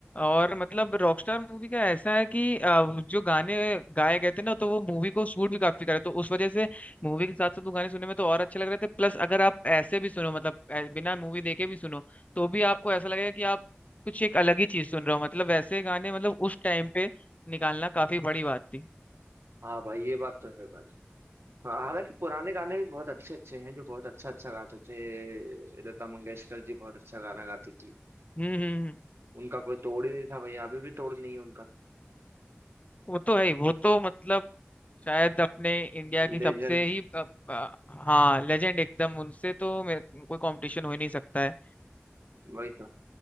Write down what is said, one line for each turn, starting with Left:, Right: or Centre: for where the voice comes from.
Left: और मतलब रॉकस्टार मूवी का ऐसा है कि अ, जो गाने गाए गए थे ना तो वो मूवी को सूट भी काफी करे तो उस वजह से मूवी के साथ साथ वो गाने सुनने में तो और अच्छे लग रहे थे प्लस अगर आप ऐसे भी सुनो मतलब ऐ- बिना मूवी देखे भी सुनो तो भी आपको ऐसा लगेगा कि आप कुछ एक अलग ही चीज सुन रहे हो मतलब वैसे गाने मतलब उस टाइम पे निकालना काफी बड़ी बात थी
Right: हाँ भाई ये बात तो है भाई हाँ हालांकि पुराने गाने भी बहुत अच्छे अच्छे हैं जो बहुत अच्छा अच्छा गाते थे लता मंगेशकर जी बहुत अच्छा गाना गाती थी
Left: हम्म हम्म हम्म।
Right: उनका कोई तोड़ ही नहीं था भाई अभी भी तोड़ नहीं है उनका
Left: वो तो है ही वो तो मतलब शायद अपने इंडिया की
Right: लेजेंड
Left: सबसे ही अ, अ, हाँ लेजेंड एकदम उनसे तो मे- कोई कंपटीशन हो ही नहीं सकता है
Right: वही था